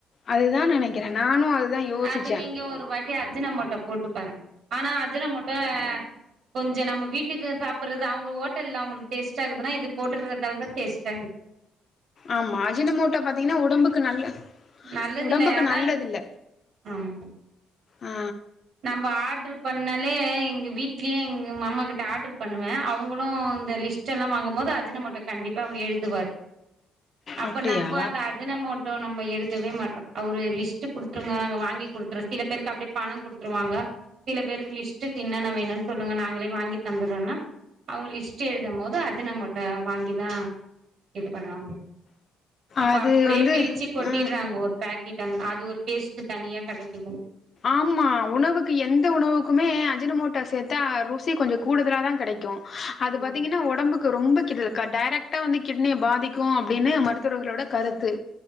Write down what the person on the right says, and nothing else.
அது நீங்க ஒரு வாட்டி அஜினமோட்டோ போட்டு பாருங்க ஆனா அஜுன மோட்டோ கொஞ்சம் நம்ம வீட்டுக்கு சாப்பிடுறது அவங்க ஹோட்டல்ல அவங்களு டேஸ்ட்டாக்குதுனா இது போட்டுறதால தான் டேஸ்ட்டா இக்குது
நல்லதில்ல
ஆனா
ஆமா
நம்ம ஆர்டரு பண்ணாலே எங்க வீட்லயே எங்க மாமா கிட்ட ஆர்டரு பண்ணுவேன் அவங்களும் இந்த லிஸ்ட் எல்லாம் வாங்கும் போது அஜின மோட்டோ கண்டிப்பா எழுதுவரு அப்ப
நம்ப அந்த அஜின மோட்டோ நம்ப எழுதவே மாட்டோம் அவரு லிஸ்ட் குடுத்துருங்க நாங்க வாங்கி குடுத்துறோம் சில பேருக்கு அப்படியே பணம் குடு ருவாங்க சில பேருக்கு லிஸ்ட்க்கு இன்னன்ன வேணுன்னு சொல்லுங்க நாங்களே வாங்கி தந்துறோன்னா அவங்க லிஸ்ட் எழுதும் போது அஜின மோட்டோ வாங்கிதான் இது பண்ணுவாங்க அப்ப
அப்படியே
பிரிச்சு கொட்டிடுறாங்க
ஒரு பேக் கிட்டாங்க வந்துடும் அது ஒரு டேஸ்ட் தனிய கிடைக்குது
ம்